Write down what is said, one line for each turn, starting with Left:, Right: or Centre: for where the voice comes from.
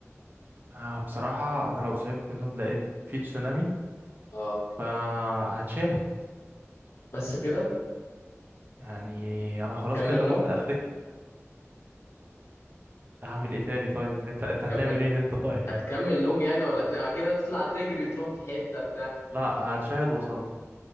Right: آه بصراحة أنا لو صعبت منهم لقيت في تسونامي
Left: اه
Right: فهتشاهد
Left: بس كده
Right: يعني أنا خلاص
Left: كمل
Right: كده ضمنت
Left: نوم
Right: آخرتي هعمل إيه تاني طيب يعني أنت أنت هتعمل
Left: كمل
Right: إيه أنت طيب
Left: هتكمل نوم يعني ولا هت... أكيد هتطلع تجري تروح في حته بتاع
Right: لا هتشاهد وأصلي